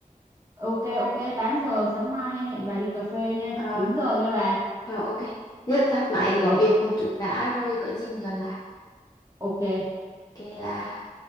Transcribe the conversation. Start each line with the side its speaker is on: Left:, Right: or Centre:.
Right: ok ok 8 giờ sáng mai nha hẹn bà đi cà phê nha
Left: Ờ,
Right: đúng giờ nha bà
Left: ờ ok. Giờ tắt máy
Right: ok
Left: thì có
Right: bà
Left: việc một chút đã rồi có gì mình gọi lại.
Right: ok
Left: Ok là